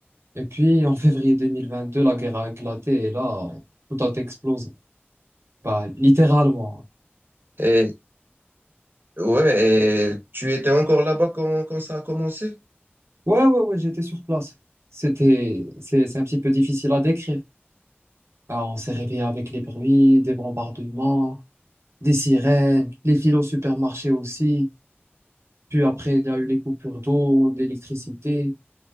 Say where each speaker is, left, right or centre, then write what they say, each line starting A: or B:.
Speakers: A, on the right (about 90°); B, on the right (about 55°).
A: Et puis en février 2022, la guerre a éclaté et là, tout a explosé. Bah littéralement.
B: Et ouais, et tu étais encore là-bas quand, quand ça a commencé?
A: Ouais, ouais, ouais, j'étais sur place. C'était, c'est, c'est un petit peu difficile à décrire. Ah, on s'est réveillé avec les bruits, des bombardements. des sirènes, les files au supermarché aussi. Puis après, il y a eu les coupures d'eau, d'électricité.